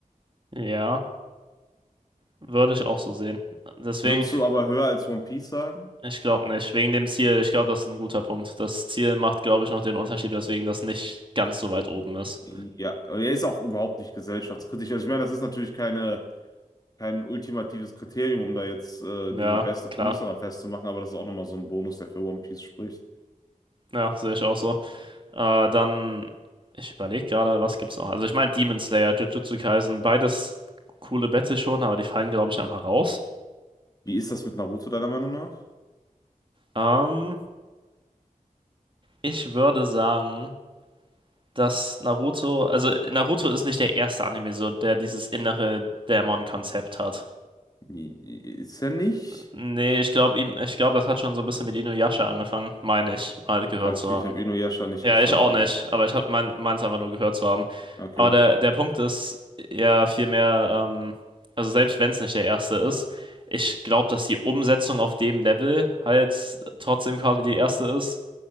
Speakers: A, on the right (about 35°); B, on the left (about 25°).
A: ja, würde ich auch so sehen. Deswegen.
B: Würdest du aber höher als One Piece sagen?
A: Ich glaube nicht. Wegen dem Ziel, ich glaube, das ist ein guter Punkt. Das Ziel macht, glaube ich, noch den Unterschied, weswegen das nicht ganz so weit oben ist.
B: Nee. Ja, er ist auch überhaupt nicht gesellschaftskritisch. Also ich meine, das ist natürlich keine kein ultimatives Kriterium, um da jetzt äh,
A: Ja,
B: die beste
A: klar.
B: Prämisse dran festzumachen, aber das ist auch nochmal so ein Bonus, der für One Piece spricht.
A: Ja, sehe ich auch so. Äh, dann, ich überlege gerade, was gibt's noch? Also ich meine Demon Slayer, Jujutsu Kaisen, beides coole Battle schon, aber die fallen, glaube ich, einfach raus.
B: Wie ist das mit Naruto deiner Meinung nach?
A: Ähm, ich würde sagen, dass Naruto, also Naruto ist nicht der erste Anime so, der dieses innere Dämon-Konzept hat.
B: I- i- Ist er nicht?
A: Nee, ich glaube, ich glaub, das hat schon so ein bisschen mit Inuyasha angefangen, meine ich, mal gehört
B: Okay,
A: zu haben.
B: ich habe Inuyasha nicht
A: Ja,
B: geschaut,
A: ich auch
B: aber
A: nicht, aber ich habe mein, meins einfach nur gehört zu haben.
B: okay.
A: Aber der, der Punkt ist ja vielmehr, ähm, also selbst wenn es nicht der erste ist, ich glaube, dass die Umsetzung auf dem Level halt trotzdem quasi die erste ist.